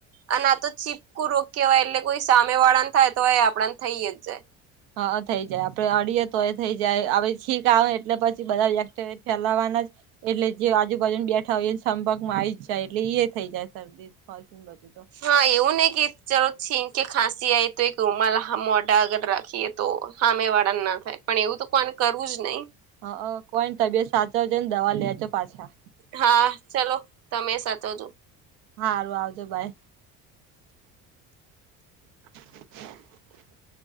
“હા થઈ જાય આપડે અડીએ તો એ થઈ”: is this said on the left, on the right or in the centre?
Right